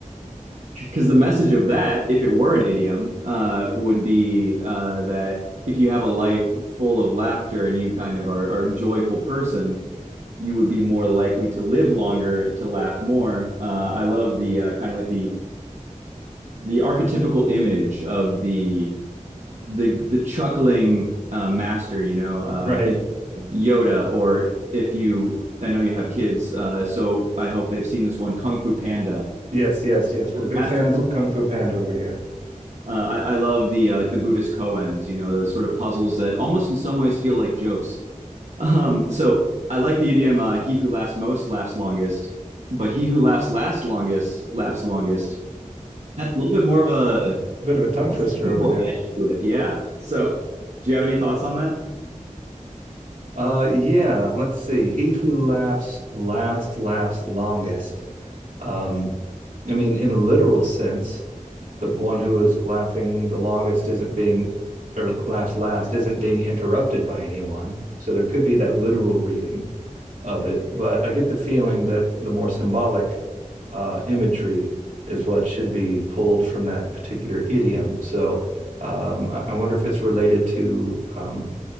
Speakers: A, on the right; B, on the right.
A: Because the message of that, if it were an idiom, uh, would be uh, that if you have a life full of laughter and you kind of are, are a joyful person, you would be more likely to live longer, to laugh more. Uh, I love the uh, kind of like the the archetypical image of the the the chuckling uh, master, you know, uh,
B: right.
A: think Yoda, or if you, I know you have kids, uh, so I hope they've seen this one, Kung Fu Panda.
B: Yes, yes, yes. We're big
A: Master,
B: fans
A: uh,
B: of Kung Fu Panda over here.
A: I, I love the uh, like the Buddhist koans, you know, those sort of puzzles that almost in some ways feel like jokes. <laughs> Um, so I like the idiom, uh, "He who laughs most laughs longest," but he who laughs last longest laughs longest. That's a little bit more of a
B: Bit of a tongue twister
A: simple
B: over there.
A: edge to it, yeah. So, do you have any thoughts on that?
B: Uh, yeah, let's see. He who laughs last laughs longest. Um, I mean, in a literal sense, the one who is laughing the longest isn't being, or laughs last, isn't being interrupted by anyone. So there could be that literal reading of it. But I get the feeling that the more symbolic uh, imagery is what should be pulled from that particular idiom. So um, I, I wonder if it's related to um,